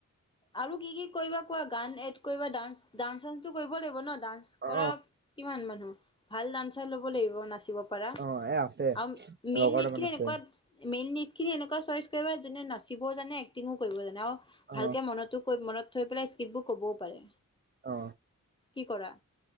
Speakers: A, on the left; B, on the right.
A: আৰু কি কি কৰিবা কোৱা, গান এড কৰিব ডান্ ডান্স চান্সটো কৰিব লাগিব ন? ডান্স
B: অ
A: কৰা কিমান মানুহ? ভাল দান্সাৰ ল'ব লাগিব নাচিব। পৰা।
B: অ এ আছে
A: আৰু মেইন
B: লগৰ
A: লিট
B: দুটামান
A: খিনি
B: আছে
A: এনেকুৱা খিনি এনেকুৱা চইচ কৰিবা, যোনে নাচিবও জানে, এক্টিংও কৰিব জানে। আৰু
B: অ
A: ভাল <unintelligible> মনতো কৰিম মনত, থৈ পেলাই স্ক্ৰিববোৰ ক'বও পাৰে।
B: অ।
A: কি কৰা?